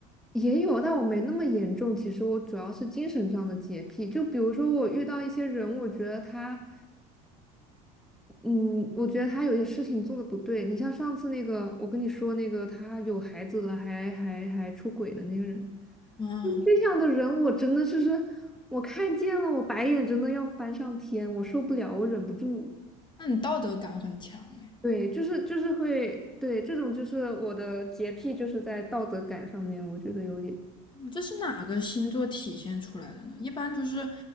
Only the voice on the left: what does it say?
嗯，
那你道德感很强哎。
这是哪个星座体现出来的呢？一般就是